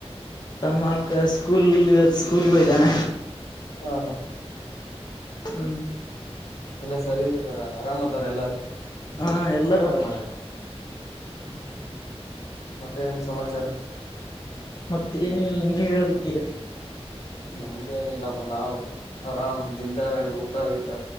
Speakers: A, on the left; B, on the left.
A: ತಮ್ಮಕ ಸ್ಕೂಲ್ ಸ್ಕೂಲ್ಗೆ ಹದಾನ
B: ಹಾ ಹಾ
A: ಹ್ಮ್
B: ಎಲ್ಲಾ ಸರಿಗದಾರ ಆರಾಮ್ ಅದಾರ ಎಲ್ಲಾರ
A: ಹಾ ಎಲ್ಲಾರ ಆರಾಮ ಅದ
B: ಹ್ಮ್ ಮತ್ತೆ ಏನ್ ಸಮಾಚಾರ
A: ಮತ್ತೆ ಏನಲ್ಲ ನೀವ್ ಹೇಳ್ಬೇಕ ಈಗ
B: ನಮ್ದೇಏನಿಲ್ಲಪ್ಪ ನಾವ್ ಆರಾಮ್ ದಿಲ್ದಾರ ಆಗ ಊಟ ಆಗಟ್ಟ